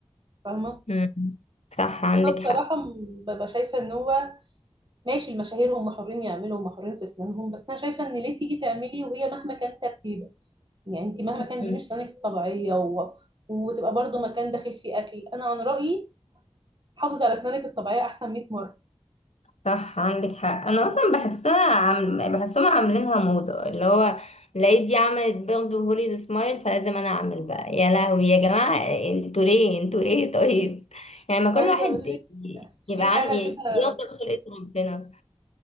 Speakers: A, on the right; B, on the left.
A: فاهمه
B: امم صح عندك
A: انا بصراحه
B: حق
A: م- ببقى شايفه ان هو ماشي المشاهير هم حرين يعملوا هم حرين في اسنانهم بس انا شايفه ان ليه تيجي تعملي وهي مهما كان تركيبه يعني انت مهما
B: مم.
A: كان دي مش سنانك الطبيعيه و... وتبقى برضو مكان داخل فيه اكل انا عن رايي حافظي على اسنانك الطبيعيه احسن 100 مره
B: صح عندك حق انا اصلا بحسها عم... بحسهم عاملينها موضة اللي هو لقيت دي عملت برضه هوليود سمايل فلازم انا اعمل بقى يا لهوي يا جماعة انتوا ليه انتوا ايه طيب يعني ما
A: انا
B: كل
A: عايزه
B: واحد
A: اقول
B: ي-
A: لك في
B: يبقى
A: حاله
B: عن ي-
A: كده
B: يرضى بخلقة ربنا